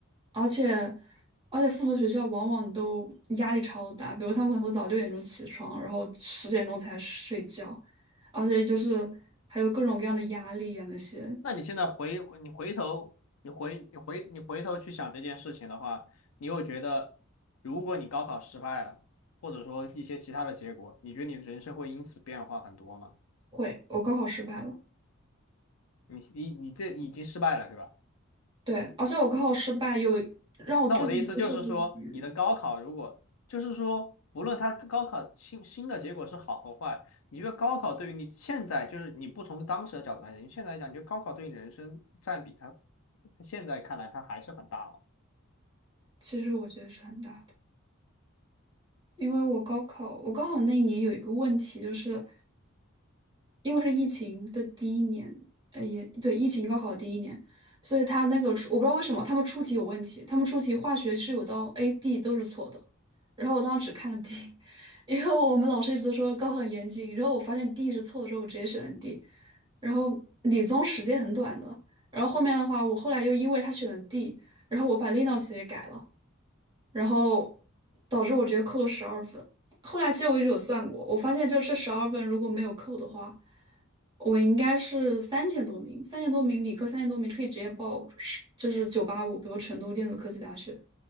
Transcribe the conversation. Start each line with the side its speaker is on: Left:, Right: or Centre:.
Right: 而且而且复读学校往往都压力超大，比如他们可能会早六点钟起床，然后十点钟才睡觉，而且就是还有各种各样的压力啊那些。
Left: 那你现在回回你回头，你回你回你回头去想这件事情的话，你又觉得，如果你高考失败了，或者说一些其他的结果，你觉得你的人生会因此变化很多吗？
Right: 会，我高考失败了。
Left: 你你你这已经失败了，是吧？
Right: 对，而且我高考失败有让我最不能接受的一点，
Left: 那我的意思就是说，你的高考如果就是说，不论它高考新新的结果是好和坏，你觉得高考对于你现在就是你不从当时的角度来讲，你现在来讲，你觉得高考对你人生占比它，它现在看来它还是很大嘛？
Right: 其实我觉得是很大的，因为我高考，我高考那一年有一个问题，就是因为是疫情的第一年，呃，也对，疫情高考第一年，所以他那个出，我不知道为什么他们出题有问题，他们出题化学是有道 A、D 都是错的，然后我当时只看了 D，<laughs> 因为我们老师一直都说高很严谨，然后我发现 D 是错的之后，我直接选了 D，然后理综时间很短的，然后后面的话，我后来又因为他选了 D，然后我把 Linux 也改了。然后导致我直接扣了十二分。后来其实我一直有算过，我发现就是这十二分如果没有扣的话，我应该是三千多名，三千多名理科三千多名可以直接报是就是九八五，比如成都电子科技大学。